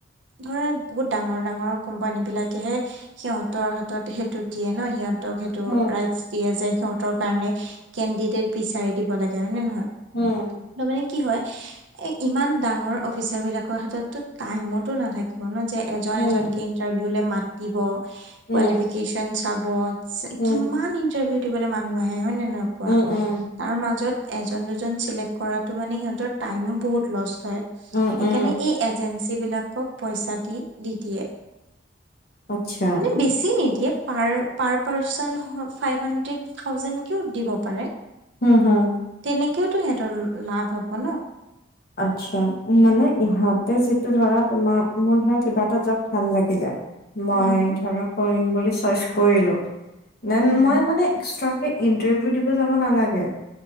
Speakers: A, on the right; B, on the left.
A: ধৰা বহুত ডাঙৰ ডাঙৰ কোম্পানী বিলাকেহে সিহতৰ হাতত সেইটো দিয়ে ন সিহঁতক সেইটো
B: উম
A: ৰাই দিয়া যায় সিহঁতৰ কাৰণে কেণ্ডিডেট বিচাৰি দিব লাগে হয় নে নহয়
B: উম
A: তাৰ মানে কি হয় এ ইমান ডাঙৰ অফিচাৰ বিলাকৰ হাততো টাইমতো নাথাকিব ন যে এজন
B: উম
A: এজন কৈ ইণ্টাৰভিউ লৈ মাতিব
B: উম
A: কোৱালিফিকেচন চাব চে
B: উম
A: কিমান ইন্টাৰভিউ উবলৈ মানুহ আহে হয়ে নহয় কুৱা
B: উম উম
A: তাৰ মাজত এজন দুজন চিলেক্ট কৰাতো মানে সিহঁতৰ টাইমো বহুত লষ্ট হয়
B: উম উম
A: সেইকাৰণে এই এজেঞ্চী বিলাকক পইচা দি দি দিয়ে।
B: আচ্ছা,
A: বেছি নিদিয়ে পাৰ পাৰ্চন ফাইভ হাণ্ডেড থাউজেণ্ড কত দিব পাৰে
B: হম হুম
A: তেনেকেওতো সিহঁতৰ লাভ হব ন
B: আচ্ছা মানে ইহঁতে যিটো ধৰা তোমাৰ মোৰ ধৰা কিবা এটা জব ভাল লাগিলে মই
A: উম
B: ধৰা কৰিম বুলি চইচ কৰিলো দেন
A: উম
B: মই মানে এক্সট্ৰ কে ইণ্টাৰভিউ দিব যাব নালাগে